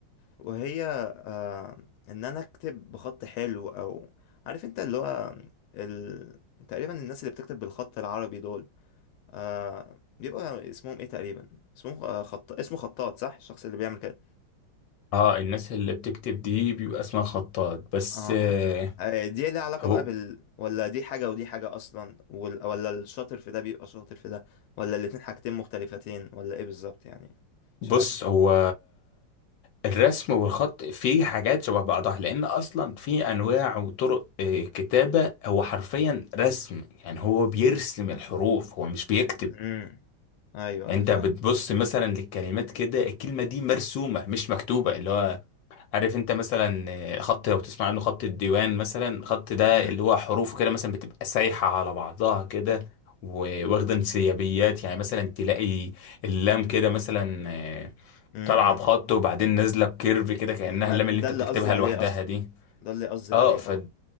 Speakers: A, on the left; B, on the left.
A: وهي آه ان انا اكتب بخط حلو او عارف انت اللي هو ال... تقريبا الناس اللي بتكتب بالخط العربي دول آه بيبقى اسمهم ايه تقريبا اسمهم آه، خط اسمه خطاط صح الشخص اللي بيعمل كده
B: اه الناس اللي بتكتب دي بيبقى اسمها خطاط بس
A: اه
B: آه،
A: اه آه، دي ليها علاقة
B: هو
A: بقى بال ولا دي حاجة ودي حاجة أصلا وال... ولا الشاطر في ده بيبقى شاطر في ده ولا الاتنين حاجتين مختلفتين ولا إيه بالظبط يعني
B: بص
A: مش عارف
B: هو الرسم والخط فيه حاجات شبه بعضها لان اصلا في انواع وطرق آه، كتابة هو حرفيا رسم يعني هو بيرسم الحروف هو مش بيكتب
A: امم أيوه
B: انت
A: أيوه فاهم
B: بتبص مثلا للكلمات كده الكلمة دي مرسومة مش مكتوبة اللي هو عارف انت مثلا آه، خط لو تسمع عنه خط الديوان مثلا خط ده
A: امم
B: اللي هو حروفه كده مثلا بتبقى سايحة على بعضها كده وواخدة انسيابيات يعني مثلا تلاقي اللام كده مثلا آه،
A: امم
B: طالعه بخط وبعدين نازله بكيرف كده كانها
A: ما
B: اللام
A: ده
B: اللي انت
A: اللي
B: بتكتبها
A: قصدي عليه
B: لوحدها
A: أصلا
B: دي
A: ده اللي قصدي
B: اه
A: عليه
B: ف
A: اه